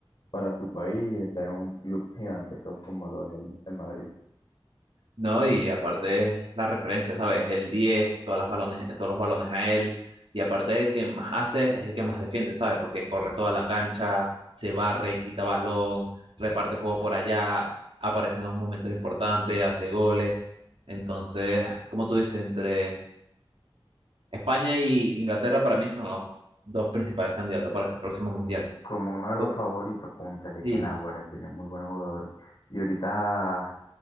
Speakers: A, on the left; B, on the right.
A: para su país y estar en un club gigantesco como lo es el, el Madrid.
B: No, y aparte es la referencia, ¿sabes? El 10, todas las balones, todos los balones a él. Y aparte el que más hace es el que más defiende, ¿sabes? Porque corre toda la cancha, se barre, quita balón, reparte juego por allá, aparece en los momentos importantes, hace goles. Entonces, como tú dices, entre España y Inglaterra para mí son los dos principales candidatos para este próximo mundial.
A: Como uno
B: Gu-
A: de los favoritos, cónchale,
B: Sí,
A: que Naguará tiene muy buenos jugadores. Y ahorita